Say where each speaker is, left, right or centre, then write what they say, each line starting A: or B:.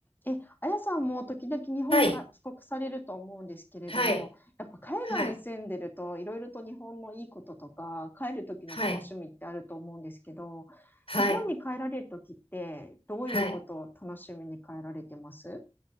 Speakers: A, on the left; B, on the left.
A: え、あやさんも時々日本か帰国されると思うんですけれども、
B: はい、はい、
A: やっぱ海外に住んでるといろいろと日本のいいこととか、
B: はい、
A: 帰る時の楽しみってあると思うんですけど、
B: はい、はい、
A: 日本に帰られる時ってどういうことを楽しみに帰られてます
B: はい。